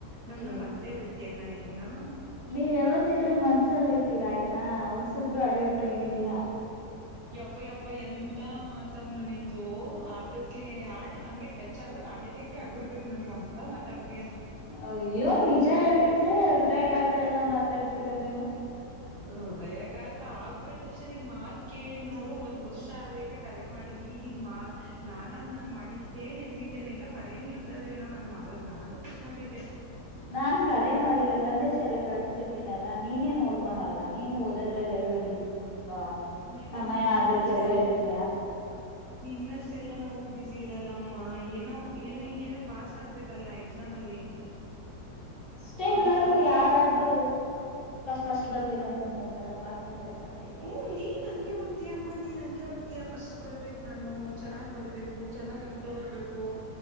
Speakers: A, on the right; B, on the left.
A: ನಮ್ನ
B: ಏ
A: ಮರ್ತೇ ಬಿಡ್ತೀಯ ಕಣೆ ನೀನು
B: ನೀವ್ ಯಾವತ್ತಿದ್ರರು ಮನ್ಸಲ್ಲಿ ಇರ್ತೀರಾ ಆಯ್ತು ಹಾ ಹೊಸುಬ್ರು ಹಳೇಬ್ರು ಏನಿಲ್ಲ
A: ಯಪ್ಪ ಯಪ್ಪ ಎಂತ ಮಾತಮ್ಮ ನಿಮ್ದು ಆಟುಕ್ಕೆ ಹಾರ್ಟ್ ಗೆ ಹಂಗೆ ಟಚ್ಆಗ್ ಬಿಟ್ಟ್ ಹಾರ್ಟ್ ಅಟ್ಯಾಕ್ ಆಗ್ಬಿಡ್ಬೇಕ್ ನಿಮ್ಗೆ ಅಂತ ಮಾತ್ ಆಡ್ಬಿ
B: ಅಯ್ಯ್ ಏನ್ ನಿಜ ಹೇಳಿದ್ರೆ ಹೃದಯಘಾತ ಎಲ್ಲ ಮಾತಾಡ್ತಿರ ನೀವು
A: ಹೃದಯಘಾತ ಆಗ್ಬಿಡತ್ತೆ ಅಷ್ಟೇ ನಿನ್ ಮಾತ್ ಕೇಳಿ ನೋಡು ಒಂದ್ ವರ್ಷ ಆಗಾಯ್ತೆ ಕರೆಮಾಡಿ ಈ ಈಗ ಮಾ ನಾನಾಗ್ ನಾನ್ ಮಾಡಿದ್ಕೆ ಎತ್ತಿದ್ದೇನೆ ಇಲ್ಲಾಂದ್ರೆ ಕರೇನೂ ಎತ್ತಲ್ಲೇನೋ ಏನೋ ನಾನ್ ಮಾಡೋದ್ನ ತಿಳ್ಕೊಂಡಿದ್ದೆ
B: ನಾನ್ ಕರೆ ಮಾಡಿಲ್ಲ ಸಂದೇಶ ಎಲ್ಲಾ ಕಳಿಸಸ್ತಿರ್ತೀನಲ್ಲಾ ನೀನೇ ನೋಡ್ಕೋಳಲ್ಲಾ ನೀನು ಓದೋದ್ರಲ್ಲೆಲ್ಲ ಎಲ್ಲ ಬಿಸಿ ಆ
A: ಏನಮ್ಮ
B: ಸಮಯ
A: ನಿನ್ನಷ್ಟೆಲ್
B: ಅದ್ಕೆಲ್ಲ ಇಡ್ತಿಯಾ
A: ನಿನ್ನಷ್ಟೆಲ್ಲಾ ನಾವು ಬ್ಯುಸಿ ಇರಲ್ಲ ಅಮ್ಮ ಏನೋ ಏನೋ ಈಗೇನೋ ಪಾಸ್ ಆಗ್ಬೇಕಲ್ಲ ಎಕ್ಸಾಮ್ ಅಲ್ಲಿ
B: ಅಷ್ಟೇ
A: ಹಂಗಾಗಿ
B: ಎಲ್ಲಾರೂ ಯಾರಾದ್ರೂ ಫಸ್ಟ್ ಫಸ್ಟ್ ಬರ್ಬೇಕಂತ ನೋಡ್ತಾರ ಪಾಸ್ ಆದ್ರೆ ಸಾಕೈತೆ.
A: ಹ್ಮ್ ನೀನ್ ಹಂಗೆ ಓತ್ತಿಯಮ್ಮ ನೀನ್ ಹಂಗೆ ಓಡ್ತಿಯ ಫಸ್ಟ್ ಬರ್ಬೇಕ್ ನಾನು ಚೆನ್ನಾಗ್ ಬರ್ಬೇಕು ಚೆನ್ನಾಗ್ ಅಂಕ ಬರ್ಬೇಕು